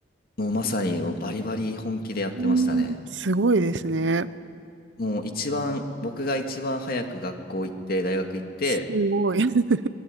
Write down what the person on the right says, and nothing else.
うーん、すごいですね。
すごい。<laughs>